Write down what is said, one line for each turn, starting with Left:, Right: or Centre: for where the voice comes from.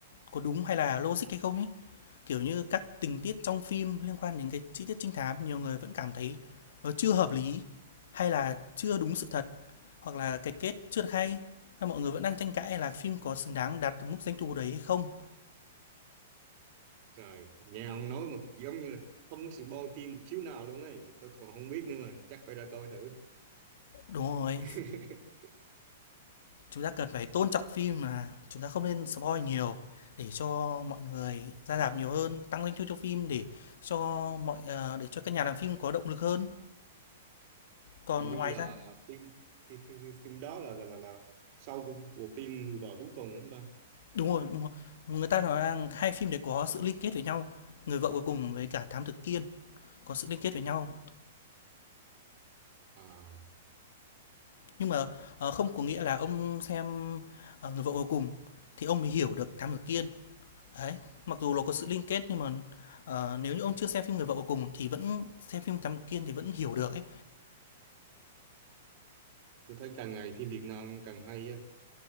Left: có đúng hay là logic hay không ấy Kiểu như các tình tiết trong phim liên quan đến cái chi tiết trinh thám nhiều người vẫn cảm thấy nó chưa hợp lý hay là chưa đúng sự thật, hoặc là cái kết chưa được hay. mọi người vẫn đang tranh cãi là phim có xứng đáng đạt được mức doanh thu đấy hay không.
Right: trời nghe ông nói mà giống như là không có sự bo kim một xíu nào luôn ấy tôi còn không biết nữa mà chắc phải ra coi thử
Left: Đúng rồi,
Right: <laughs>
Left: chúng ta cần phải tôn trọng phim mà chúng ta không nên spoil
Right: Ừ.
Left: nhiều để cho mọi người ra rạp nhiều hơn, tăng doanh thu cho phim để cho mọi ờ, để cho các nhà làm phim có động lực hơn. Còn
Right: hình như
Left: ngoài
Right: là
Left: ra
Right: phim phim, phim, phim đó là là là, là sau của bộ phim người vợ cuối cùng đúng không ta
Left: Đúng rồi, đúng rồi. Người ta nói rằng hai phim đấy có sự liên kết với nhau, Người vợ cuối cùng với cả Thám Tử Kiên có sự liên kết với nhau.
Right: à
Left: Nhưng mà, ờ, không có nghĩa là ông xem, ờ, Người vợ cuối cùng thì ông mới hiểu được Thám Tử Kiên. Đấy, mặc dù nó có sự liên kết nhưng mà, ờ, nếu như ông chưa xem phim Người vợ cuối cùng thì vẫn xem phim Thám Tử Kiên thì vẫn hiểu được ấy.
Right: tôi thấy càng ngày phim Việt Nam càng hay á